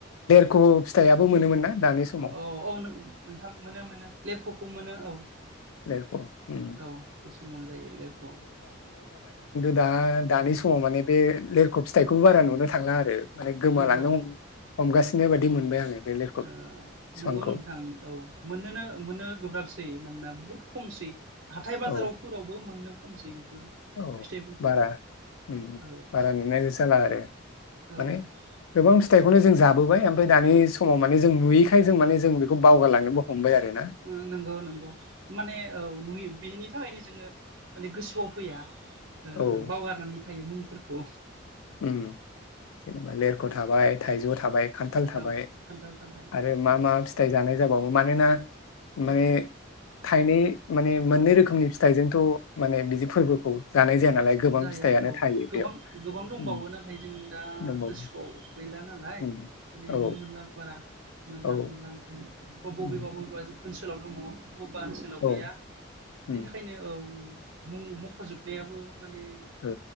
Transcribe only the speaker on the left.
ख' फिथाइआबो मोनोमोन ना? दानि समाव
लेरख' उम
आ दा दानि समाव माने बे लेरख' फिथाइखौ बारा नुनो थांला आरो। माने गोमालांनो
हम हमगासि बेबायदि मोनबाय आङो। बे लेरख'
बिफांखौ
औ
औ
बारा उम उम
बारा नुनाय जाला आरो
माने गोबां फिथाइखौनो जों जाबोबाय ओमफ्राय दानि समाव माने जों नुयैखाय जों माने जों बेखौ बावगारलांनोबो हमबाय आरो।
औ
उम जेनेबा लेरख' थाबाय थाइजौ थाबाय खान्थाल थाबाय
आरो मा मा फिथाइ जानाय जाबावो मानोना माने थाइनै माने मोननै रोखोमनि फिथाइजोंथ' माने बिदि फोरबोखौ जानाय जाया नालाय गोबां
फिथाइयानो
थायो
बेयाव
उम,
दंबावो
उम,
औ
औ
उम,
औ
उम,
ओ